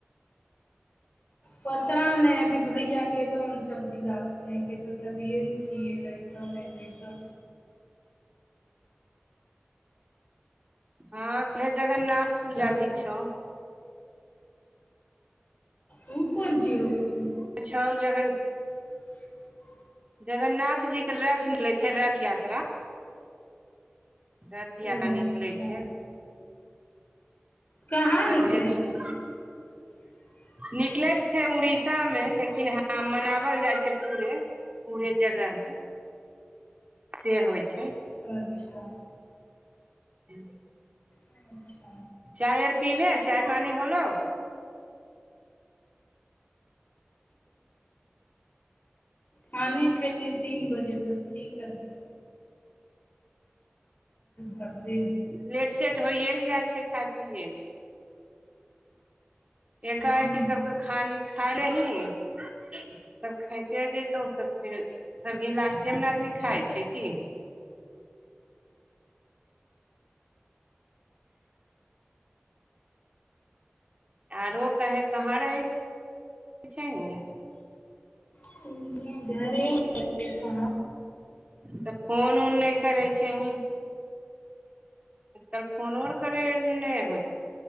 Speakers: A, on the left; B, on the right.
A: पता ने अभी भैया गेलौन सब्जी लागल ल ले के ते तभिये ने <unintelligible> की एले नहि नहि तऽ
B: हँ फेर जगन्नाथ पूजा
A: तब
B: भी छौ
A: उ कोन चीज होइ छौ
B: छओ ज अग <unintelligible> न
A: <inaudible>
B: जगन्नाथ जीक के रथ मिलै छै रथ यात्रा रथयात्रा
A: ओ
B: निकलै
A: अच्छा
B: छै
A: कहाँ
B: कलहे
A: निकलै
B: छ
A: छै <inaudible>
B: निकलैत छै उड़ीसा मे लेकिन हँ मनावल जाइ छै पूरे पुरे जगह से होइ छै
A: अच्छा
B: <unintelligible>
A: अच्छा
B: चायर पीले चाय पानी होलो
A: खाने खेलियए तीन बजे त की करबै कर दे
B: लेट सेेट होइए ने जाइ छै खा पिये एका
A: हूँ
B: एकि सबके खान खा ले ही सब खइते जतौ सब फेर हमही लास्टे में न अभी खाय छियै की आरो कहे कहाँ रहै छी हीं
A: इर <unintelligible>
B: तऽ फोन ऊन नहि करै छहीं त फोन उर करै नहि होइ